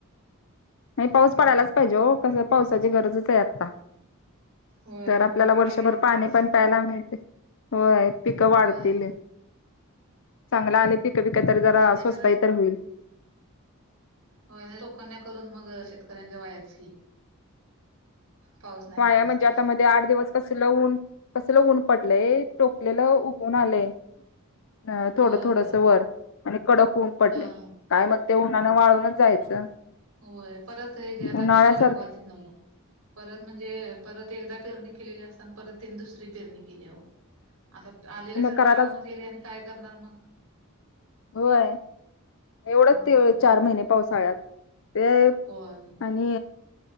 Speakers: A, on the left; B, on the right.
A: नाही पाऊस
B: हम्म
A: पडायलाच पाहिजे ओ कसं पावसाची गरजच आहे आता.
B: होय
A: तर आपल्याला
B: नाही पडाय
A: वर्षभर
B: पाहिजे
A: पाणी
B: पाऊस
A: पण प्यायला मिळते. होय पिकं वाढतील.
B: होय
A: चांगला आणिले पिकं पिक तरी जरा
B: ते नाही
A: स्वस्तही तर होईल.
B: होय नाही टोकन्या करून मग शेतकऱ्यांच्या वयाच की. पाऊस. नाही
A: वाया
B: लागला
A: म्हणजे
B: तर
A: आता मग. ते आठ दिवस कसला ऊन कसला ऊन पडलय टोकलेलं उघून आलेय. अ थोडं
B: होय
A: थोडस
B: होय
A: वर आणि कडक होऊन पडले.
B: ह
A: काय मग ते उन्हानें वाळूनच जायचं.
B: होय परत हे घ आता
A: उन्हाळ्यासारख
B: टी. व्ही. ला दाखवालतीत नव्हं. परत म्हणजे परत एकदा पेरणी केलेली असताना परत त्यांनी दुसरी पेरणी केली आहेह. आता आलेले सगळं
A: मग करायलाच
B: वाहूनच गेले आणि काय करणार मग?
A: होय एवढच
B: हम्म
A: ते
B: हम्म
A: चार महिने पावसाळ्यात ते
B: होय.
A: आणि